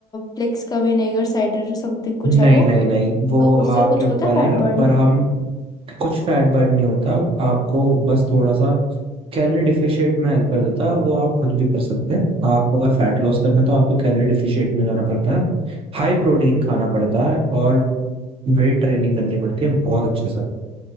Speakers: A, on the left (about 20°); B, on the right (about 30°).
A: प्लेक्स का विनेगर साइडर समथिंग
B: नहीं
A: कुछ है वो
B: नहीं नहीं वो
A: तो उससे
B: आपके
A: कुछ
B: ऊपर
A: होता है
B: है
A: फैट बर्न
B: पर हम कुछ फैट बर्न नहीं होता आपको बस थोड़ा सा कैलोरी डिफिशिएट में हेल्प कर देता है वो आप खुद भी कर सकते हैं आपको अगर फैट लॉस करना है तो आपको कैलोरी डिफिशिएट में जाना पड़ता है हाई प्रोटीन खाना पड़ता है और वेट ट्रेनिंग करनी पड़ती है बहुत अच्छे